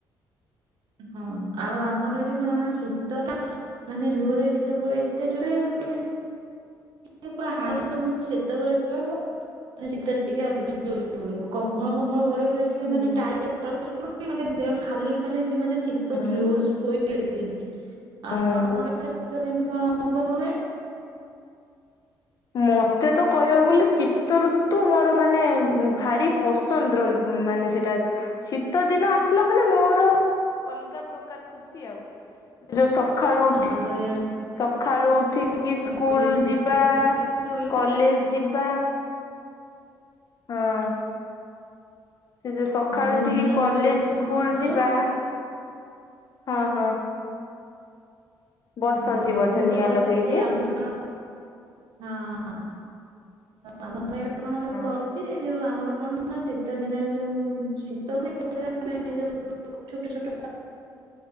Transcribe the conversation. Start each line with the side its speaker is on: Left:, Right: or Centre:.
Right: ହଁ ଆଉ ଆମର ଏଇଠି କଣ କ ଶୀତ ଟା ମାନେ ଜୋରରେ ଯେତେବେଳେ ଏତେ ଜୋର ମାନେ ପୁରା ଆଉ ହଛି ସେତେବେଳେ ହବ। ମାନେ ଶୀତରେ ଟିକେ ଅଧିକ ଚୋ ହୁଏବ କମଳ ପମଳ ଗୋେଇବେ ଦେଖ ଖ
Left: ହୁଁ।
Right: ମାନେଳି ଦେହ ଖାଲି ଖାଲିାନେ ଶୀତ
Left: ହଁ
Right: ଜ ଶୋଇ ଏମତି ଆଉ
Left: ହଁ।
Right: କେମତି କଣ ଅନୁଭବ ହୁଏ।
Left: ମତେ ତ କହିବାକୁ ଗଲେ ଶୀତ ଋତୁ ମୋର ମାନେ ଭାରି ପସନ୍ଦର ମାନେ ସେଟା ଶୀତ ଦିନ ଆସିଲା ମାନେ ମୋର ଅଲଗା ପ୍ରକାର ଖୁସି ଆଉ ଯୋଉ ସକାଳୁ ଉଠି
Right: ଆମର ତ ଇଆଡେ
Left: ସକାଳୁ ଉଠିକି ସ୍କୁଲ
Right: ଆଗରୁ ଏତେ ଜୋରେ
Left: ଯିବା
Right: ଶୀତ ହୁଏ।
Left: କଲେଜ ଯିବା ହଁ। ସେ ଯ ସକାଳୁଠିକି
Right: ଯୋଉ ନିଆଁ
Left: କଲେଜ
Right: ଲଗେଇକି ଆମେ
Left: ସ୍କୁଲ
Right: କଣ କରୁ
Left: ଯିବା ହଁ ହଁ। ବସନ୍ତି
Right: ହଁ
Left: ବଧ
Right: ମୁଁ
Left: ନିିଆଁ
Right: କହୁଛି
Left: ଲଗେଇକି
Right: ଯେ ଆମର ହଁ ହଁ ଆମର ଏବେ କଣ ହୁଏ ମୁଁ
Left: ହଁ।
Right: କହୁଛି। ସେି ଯୋଉ ଆମର କଣ ନା ଶୀତ ଦିନରେ ଯୋଉ ଶୀତ ଆେୁ ଛୋଟ ଛୋଟ